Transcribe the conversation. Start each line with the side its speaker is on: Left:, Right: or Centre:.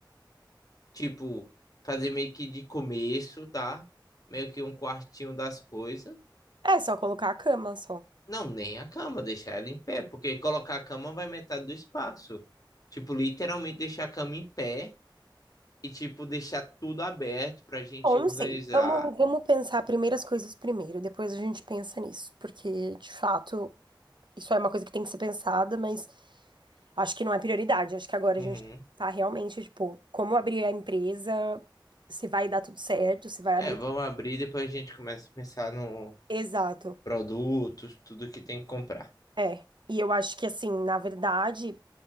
Left: Tipo, fazer meio que de começo, tá? Meio que um quartinho das coisas.
Right: É só colocar a cama só.
Left: Não, nem a cama, deixar ela em pé, porque colocar a cama vai metade do espaço. Tipo, literalmente deixar a cama em pé e, tipo, deixar tudo aberto pra gente
Right: Bom, não
Left: organizar.
Right: sei. Vamos, vamos pensar primeiro as coisas primeiro, depois a gente pensa nisso, porque de fato isso é uma coisa que tem que ser pensada, mas acho que não é prioridade. Acho que agora
Left: Uhum.
Right: a gente tem que pensar realmente, tipo, como abrir a empresa, se vai dar tudo certo, se vai
Left: É,
Right: abrir.
Left: vamos abrir, depois a gente começa a pensar no
Right: Exato.
Left: produtos, tudo que tem que comprar.
Right: É. E eu acho que assim, na verdade.